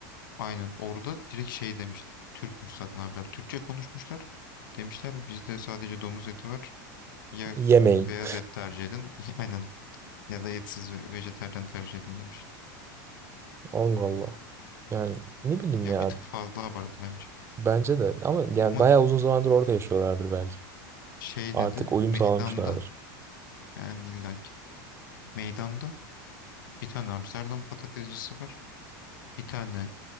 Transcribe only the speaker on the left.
Aynen orada direkt şey demiş. Türkmüş zaten abiler. Türkçe konuşmuşlar. Demişler bizde sadece domuz eti var. Ya
beyaz et tercih edin. <laughs> Aynen. Ya da etsiz ve vejetaryen tercih edin demiş.
Ya
bir tık fazla abartı bence.
Ama
şey
dedi.
Meydanda
yani illaki. Meydanda bir tane Amsterdam patatescisi var. Bir tane